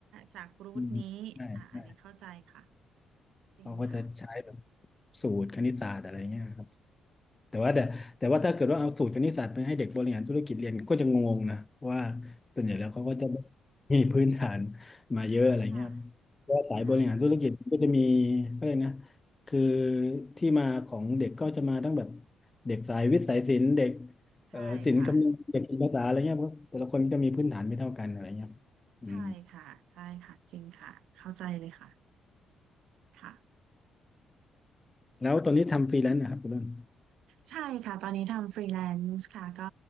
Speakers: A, on the right; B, on the left.
A: จากรูทนี้อ่าอันนี้เข้าใจค่ะ
B: อืมใช่ใช่
A: จริงค่ะ
B: เขาก็จะใช้แบบสูตรคณิตศาสตร์อะไรเงี้ยครับ แต่ว่าแต่แต่ว่าถ้าเกิดว่าเอาสูตรคณิตศาสตร์ไปให้เด็กบริหารธุรกิจเรียนก็จะงงนะว่าส่วนใหญ่แล้วเขาก็จะมีพื้นฐานมาเยอะอะไรเงี้ย
A: <laughs> ค่ะ
B: ว่าสายบริหารธุรกิจก็จะมี
A: ค่ะ
B: ก็เลยกนะคือที่มาของเด็กก็จะมาตั้งแบบเด็กสายวิทย์สายศิลป์เด็ก
A: ใช่ค่ะ
B: เอ่อศิลป์คำนวณเด็กภาษาอะไรเงี้ยเพราะแต่ละคนก็มีพื้นฐานไม่เท่ากันอะไรเงี้ยอืม
A: ใช่ค่ะใช่ค่ะจริงค่ะเข้าใจเลยค่ะค่ะ
B: แล้วตอนนี้ทำฟรีแลนซ์นะครับคุณนุน
A: ใช่ค่ะตอนนี้ทำฟรีแลนซ์ค่ะก็